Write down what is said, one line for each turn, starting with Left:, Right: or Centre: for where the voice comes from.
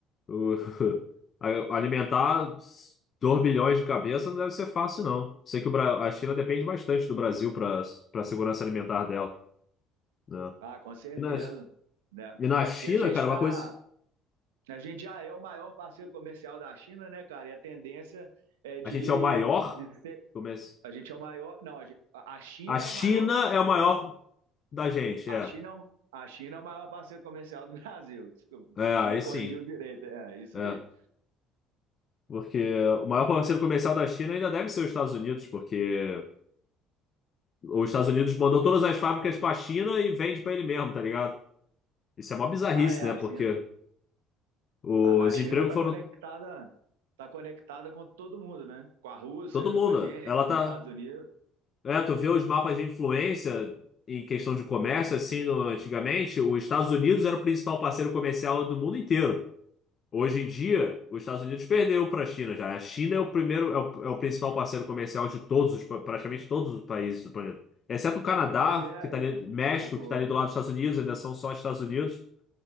Left: o- <laughs> a- Alimentar 2 bilhões de cabeça não deve ser fácil, não. Sei que o Bra- a China depende bastante do Brasil para para a segurança alimentar dela, né?
Right: Ah, com certeza,
Left: E na...
Right: né?
Left: e na China,
Right: E a gente
Left: cara,
Right: tá,
Left: uma coisa.
Right: a gente já é o maior parceiro comercial da China, né, cara? E a tendência é de,
Left: A gente é o maior.
Right: de ser,
Left: Como é esse?
Right: a gente é o maior, não, a gente- a- a China
Left: A China
Right: é o maior parceiro
Left: é o
Right: comercial,
Left: maior da gente,
Right: a
Left: é.
Right: China é o, a China é o maior parceiro comercial do <laughs> Brasil. Desculpa,
Left: É, aí
Right: Me corrigiu
Left: sim.
Right: direito, é isso
Left: é.
Right: aí.
Left: Porque o maior parceiro comercial da China ainda deve ser os Estados Unidos, porque os Estados Unidos mandou todas as fábricas para a China e vende para ele mesmo, tá ligado? Isso é uma bizarrice,
Right: Ah, é,
Left: né?
Right: a
Left: Porque
Right: China,
Left: os
Right: a, a China
Left: empregos
Right: tá
Left: foram
Right: conectada, tá conectada com todo mundo, né? Com a Rússia,
Left: todo mundo.
Right: com a gente,
Left: Ela
Right: com
Left: tá,
Right: os Estados Unidos.
Left: é, tu vê os mapas de influência em questão de comércio assim, no- antigamente, os Estados Unidos era o principal parceiro comercial do mundo inteiro. Hoje em dia, os Estados Unidos perdeu para a China já. A China é o primeiro, é o, é o principal parceiro comercial de todos os, praticamente todos os países do planeta. Exceto o Canadá,
Right: Pois pois é,
Left: que está
Right: o,
Left: ali, México,
Right: o,
Left: que está ali
Right: o-
Left: do lado dos Estados Unidos, ainda são só Estados Unidos.